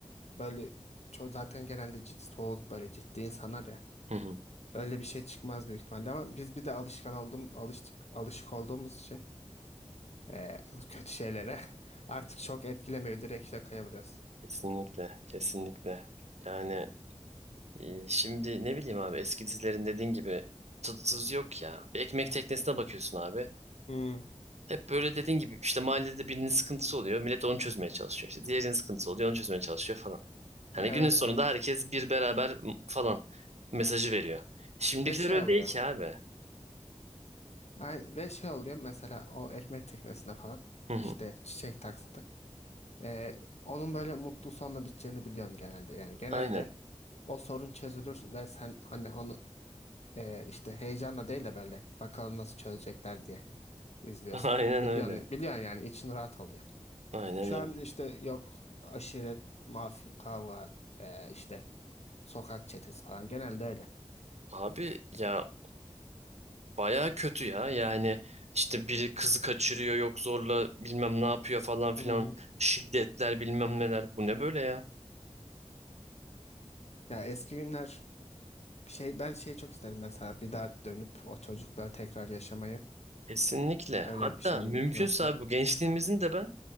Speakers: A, on the left; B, on the right.
A: Böyle ço- zaten genelde cid- soğuk böyle ciddi insanlar ya.
B: hı hı,
A: Öyle bir şey çıkmaz büyük ihtimalle ama biz bir de alışkan oldum alış, alışık olduğumuz için eee, kötü şeylere <laughs> artık çok etkilemiyor direkt şakaya vuruyoruz.
B: kesinlikle, kesinlikle. Yani e, şimdi ne bileyim abi eski dizilerin dediğin gibi tadı tuzu yok ya. Bir ekmek teknesine bakıyorsun abi.
A: Hmm,
B: Hep böyle dediğin gibi işte mahallede birinin sıkıntısı oluyor. Millet onu çözmeye çalışıyor. İşte diğerinin sıkıntısı oluyor onu çözmeye çalışıyor falan. Hani
A: evet
B: günün sonunda
A: evet.
B: herkes bir beraber m- falan mesajı veriyor. Şimdikiler
A: Ve şey
B: öyle
A: oluyor.
B: değil ki abi.
A: Ay- ve şey oluyor mesela o ekmek teknesinde falan
B: Hı hı,
A: işte çiçek taksidi. Eee, onun böyle mutlu sonla biteceğini biliyorsun genelde. Yani genelde
B: Aynen.
A: o sorun çözülür ve sen hani onu eee, işte heyecanla değil de böyle bakalım nasıl çözecekler diye. izliyorsun.
B: <laughs> Aynen
A: Biliyorsun,
B: öyle.
A: biliyorsun yani için rahat oluyor.
B: Aynen
A: Şu
B: öyle.
A: an işte yok aşiret, mafya, kavga, e, işte sokak çetesi falan genelde öyle.
B: Abi ya Bayağı kötü ya. Yani işte biri kızı kaçırıyor yok zorla bilmem ne yapıyor falan filan.
A: Hmm.
B: Şiddetler bilmem neler. Bu ne böyle ya?
A: Ya eski günler şey ben şey çok isterim mesela bir daha dönüp o çocukluğa tekrar yaşamayı.
B: Kesinlikle.
A: Öyle
B: Hatta
A: bir şey mi
B: mümkünse
A: mümkün olsa.
B: abi bu gençliğimizin de ben